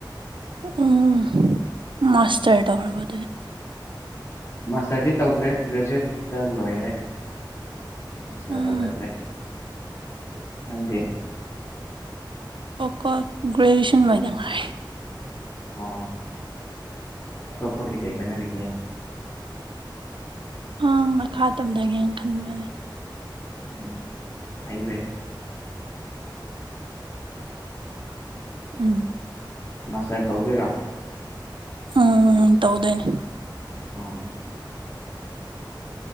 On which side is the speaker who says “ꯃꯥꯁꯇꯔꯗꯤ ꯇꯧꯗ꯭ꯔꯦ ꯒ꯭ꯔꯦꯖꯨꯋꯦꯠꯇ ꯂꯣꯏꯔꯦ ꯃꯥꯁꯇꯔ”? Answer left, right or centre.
Left